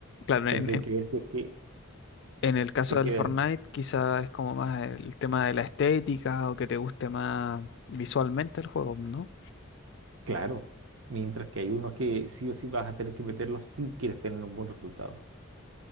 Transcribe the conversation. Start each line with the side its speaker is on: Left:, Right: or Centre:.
Left: Claro,
Right: Siempre
Left: en,
Right: hay
Left: en-
Right: que ver si es que
Left: en el caso
Right: se
Left: del
Right: queda
Left: Fortnite quizá es como más el tema de la estética o que te guste más visualmente el juego, ¿no?
Right: Claro, mientras que hay unos que sí o sí vas a tener que meterlos si quieres tener un buen resultado.